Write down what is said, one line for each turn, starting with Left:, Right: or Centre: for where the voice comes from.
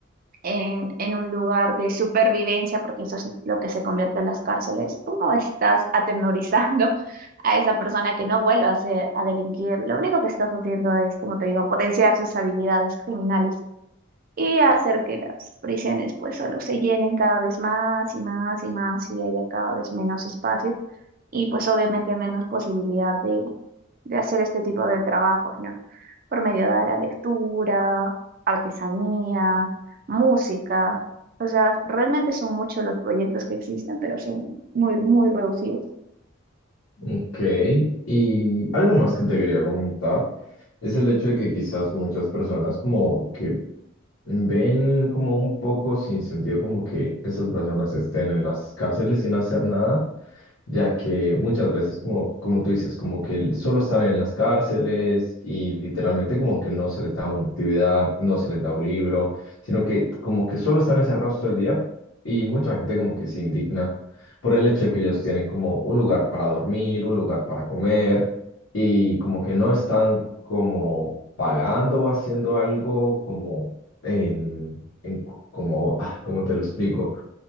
Right: en, en un lugar de supervivencia, porque eso es lo que se convierte en las cárceles, tú no estás atemorizando <laughs> a esa persona que no vuelva a, hacer- a delinquir. Lo único que estás haciendo es, como te digo, potenciar sus habilidades criminales y hacer que las prisiones pues solo se llenen cada vez más y más y más y haya cada vez menos espacio y pues obviamente menos posibilidad de, de hacer este tipo de trabajos, ¿no? Por medio de la lectura, artesanía, música. O sea, realmente son muchos los proyectos que existen, pero son muy, muy reducidos.
Left: Ok, y algo más que te quería comentar es el hecho de que quizás muchas personas como que Ven como un poco sin sentido como que esas personas estén en las cárceles sin hacer nada, ya que muchas veces, como, como tú dices, como que el- solo están en las cárceles y literalmente como que no se les da una actividad, no se les da un libro, sino que como que solo están encerrados todo el día y mucha gente como que se indigna por el hecho de que ellos tienen como un lugar para dormir, un lugar para comer y como que no están como pagando o haciendo algo como en, en co- como, ah, ¿cómo te lo explico?